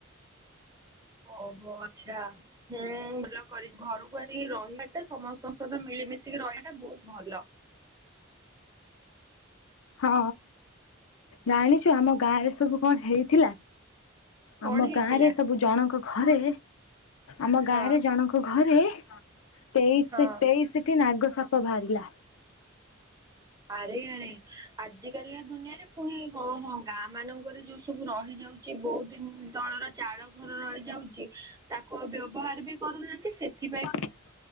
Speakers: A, on the right; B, on the left.
A: ଓହୋ, ଆଚ୍ଛା ହେଁ ଭଲ କରିି ଘରକୁ ଆସିକି ରହିବାଟା ସମସ୍ତ ସହିତ ମିଳିମିଶିକି ରହିବାଟା ବହୁତ ଭଲ।
B: ହଁ, ଜାଣିଛୁ ଆମ ଗାଁ ରେ ସବୁ କଣ ହେଇଥିଲା?
A: କଣ
B: ଆମ ଗାଁ
A: ହେଇଥିଲା?
B: ରେ ସବୁ ଜଣଙ୍କ ଘରେ, ଆମ ଗାଁରେ
A: ହଁ
B: ଜଣଙ୍କ ଘରେ ତେଇଶି
A: ହଁ
B: ତେଇଶି ଟି ନାଗ ସାପ ବାହାରିଲା।
A: ଆରେ ଆରେ ଆଜିିକାଲିଆ ଦୁନିଆରେ ପୁଣି ହଁ ହଁ ଗାଁ ମାନଙ୍କରେ ଯୋଉ ସବୁ ରହିଯାଉଛି ବହୁଦିନ ତଳର ଚାଳ ଘର ରହିଯାଉଛି ତାକୁ ବ୍ୟବହାର ବି କରୁନାହାନ୍ତି ସେଥିପାଇଁ
B: ହ <inaudible>